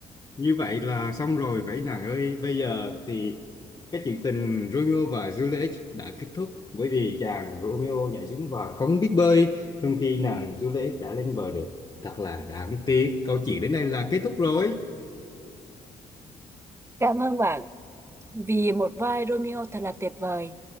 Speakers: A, on the left; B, on the right.
A: như vậy là xong rồi vậy nàng ơi. Bây giờ thì cái chuyện tình Romeo và Juliet đã kết thúc bởi vì chàng Romeo nhảy xuống và không biết bơi, trong khi nàng Juliet đã lên bờ được. Thật là đáng tiếc. Câu chuyện đến đây là kết thúc rồi.
B: Cảm ơn bạn vì một vai Romeo thật là tuyệt vời.